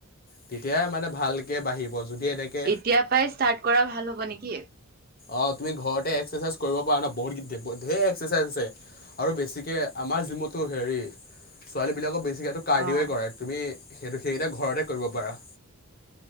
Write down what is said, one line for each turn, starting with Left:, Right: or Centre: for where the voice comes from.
Left: তেতিয়াই মানে ভালকে বাঢ়িব। যদি এনেকে
Right: এতিয়া পৰাই ষ্টাৰ্ট কৰা ভাল হব নেকি?
Left: অ তুমি ঘৰতে এক্সাৰচাইজ কৰিব পাৰা ন বহুত ঢেৰ এক্সাৰচাইজ আছে আৰু বেছিকে আমাৰ জিমতো হেৰি ছোৱালীবিলাকক বেছিকেতো কাৰ্ডিঅ
Right: অ',
Left: কৰাই তুমি সেইটো সেইকেইটা ঘৰতে কৰিব পাৰা।